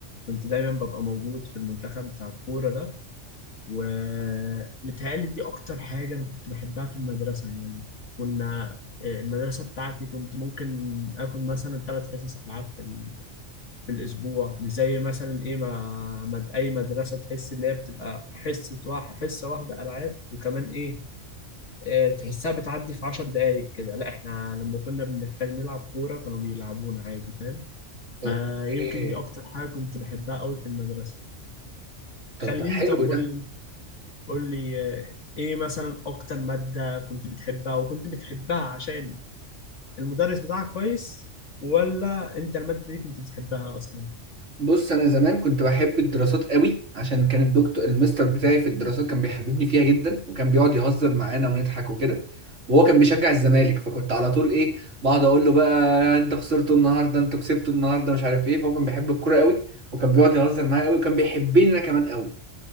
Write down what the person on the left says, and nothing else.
كنت دايما ببقى موجود في المنتخب بتاع الكورة ده ومتهيألي دي أكتر حاجة أنا كنت بحبها في المدرسة يعني كنا آه، المدرسة بتاعتي كنت ممكن آخد مثلا ثلاث حصص ألعاب في في الأسبوع مش زي مثلا إيه ما مد أي مدرسة تحس اللي هي بتبقى حصة واحد حصة واحدة ألعاب وكمان إيه آه، تحسها بتعدي في عشر دقايق كده لا إحنا لما كنا بنحتاج نلعب كورة كانوا بيلعبونا عادي فاهم فيمكن
دي أكتر حاجة كنت بحبها قوي في المدرسة
خليني
طب
قول لي قول لي آه، إيه مثلا أكتر مادة كنت بتحبها وكنت بتحبها عشان المدرس بتاعك كويس ولا أنت المادة دي كنت بتحبها أصلا؟